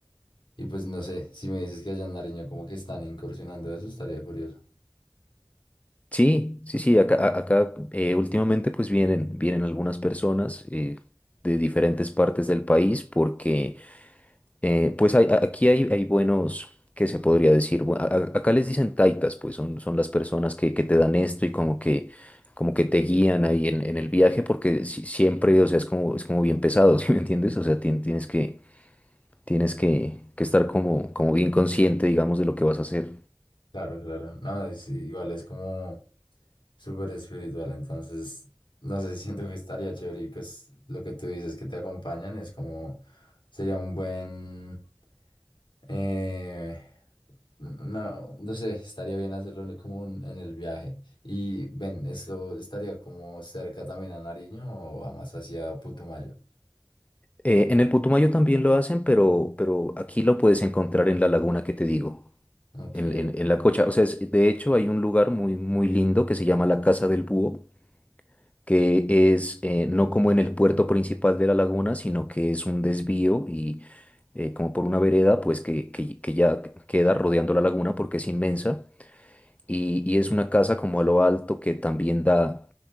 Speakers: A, on the left; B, on the left.
A: y pues no sé, si me dices que allá en Nariño como que están incursionando eso, estaría curioso.
B: Sí, sí, sí, acá, a- acá eh, últimamente pues vienen, vienen algunas personas eh, de diferentes partes del país porque Eh, pues hay- a- aquí hay, hay buenos, que se podría decir? Bu- a- a- acá les dicen taitas, pues son, son las personas que, que te dan esto y como que, como que te guían ahí en, en el viaje, porque si- siempre, o sea, es como, es como bien pesado, <laughs> ¿sí me entiendes? O sea, tien- tienes que, tienes que, que estar como, como bien consciente, digamos, de lo que vas a hacer.
A: Claro, claro. No, es- igual es como súper espiritual, entonces, no sé, siento que estaría chévere y pues lo que tú dices que te acompañan es como, sería un buen, eh, no, no sé, estaría bien hacerlo en el- como un- en el viaje. Y ven, ¿esto estaría como cerca también a Nariño o va más hacia Putumayo?
B: Eh, en el Putumayo también lo hacen, pero, pero aquí lo puedes encontrar en la laguna que te digo,
A: Ok,
B: en, en- en la Cocha. O sea, es- de hecho hay un lugar muy, muy lindo que se llama la Casa del Búho que es eh, no como en el puerto principal de la laguna, sino que es un desvío y eh, como por una vereda, pues que, que- que ya queda rodeando la laguna porque es inmensa y, y es una casa como a lo alto que también da